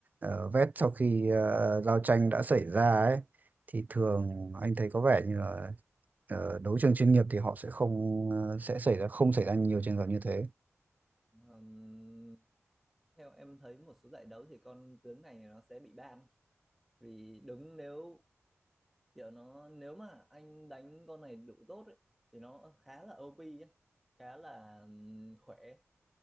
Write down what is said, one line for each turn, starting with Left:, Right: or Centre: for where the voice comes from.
Right: uh, vét sau khi ờ, giao tranh đã xảy ra ấy thì thường anh thấy có vẻ như là ờ, đấu trường chuyên nghiệp thì họ sẽ không ờ, sẽ xảy ra không xảy ra nhiều trường hợp như thế.
Centre: Ờm, theo em thấy một số giải đấu thì con tướng này nó sẽ bị ban vì đúng nếu kiểu nó nếu mà anh đánh con này đủ tốt ấy, thì nó khá là OP ấy, khá là ừm, khỏe